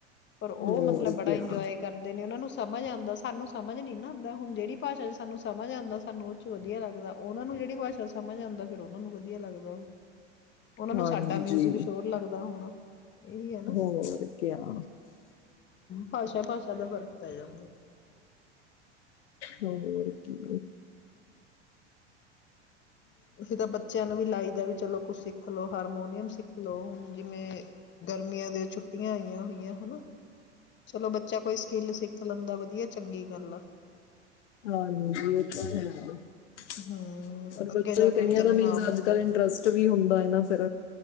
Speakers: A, on the left (about 30°); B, on the left (about 75°).
A: ਪਰ ਉਹ
B: ਹੋਰ
A: ਮਤਲਬ ਬੜਾ
B: ਕਿਆ
A: ਇੰਜੋਏ ਕਰਦੇ ਨੇ ਉਹਨਾਂ ਨੂੰ ਸਭ ਸਮਝ ਆਉਂਦਾ ਸਾਨੂੰ ਸਮਝ ਨੀ ਨਾ ਆਂਦਾ, ਹੁਣ ਜਿਹੜੀ ਭਾਸ਼ਾ ਚ ਸਾਨੂੰ ਸਮਝ ਆਉਂਦਾ ਸਾਨੂੰ ਉਹ ਚ ਵਧੀਆ ਲੱਗਦਾ, ਉਹਨਾਂ ਨੂੰ ਜਿਹੜੀ ਭਾਸ਼ਾ ਸਮਝ ਆਉਂਦਾ, ਫਿਰ ਉਹਨਾ ਨੂੰ ਵਧੀਆ ਲੱਗਦਾ ਉਹ। ਉਹਨਾਂ
B: ਹਾਂਜੀ
A: ਨੂੰ ਸਾਡਾ ਮਿਊਜਿਕ ਸ਼ੋਰ ਲੱਗਦਾ ਹੋਣਾ। ਇਹੀ ਹੈ ਨਾ
B: ਹੋਰ ਕਿਆ
A: ਭਾਸਾ ਫ਼ਰਕ ਪੈ ਜਾਂਦਾ।
B: ਹੋਰ ਕੀ
A: ਅਸੀ ਤਾਂ ਬੱਚਿਆਂ ਨੂੰ ਵੀ ਲਾਈਦਾ ਵੀ ਚਲੋ ਕੁਛ ਸਿੱਖ ਲਓ, ਹਾਰਮੋਨੀਅਮ ਸਿੱਖ ਲਓ ਹੁਣ ਜਿਵੇਂ ਗਰਮੀਆਂ ਦੀ ਛੁੱਟੀਆਂ ਆਈਆਂ ਹੋਈਆਂ ਹਨਾ। ਚਲੋ ਬੱਚਾ ਕੋਈ ਸਕਿੱਲ ਸਿੱਖ ਲੈਂਦਾ, ਵਧੀਆ ਚੰਗੀ ਗੱਲ ਆ।
B: ਹਾਂਜੀ ਇਹ ਤਾਂ ਹੈ।
A: ਹਮ ਅੱਗੇ
B: ਬੱਚੇ
A: ਜਾ
B: ਨੂੰ ਕਈਆਂ
A: ਕੇ ਵੀ ਚਲੋ
B: ਦਾ
A: ਨਾਮ
B: ਮੀਨਜ਼
A: ਹੁੰਦਾ
B: ਅੱਜ ਕੱਲ ਇੰਟਰਸਟ
A: ਫਿਰ।
B: ਵੀ ਹੁੰਦਾ ਨਾ ਫਿਰ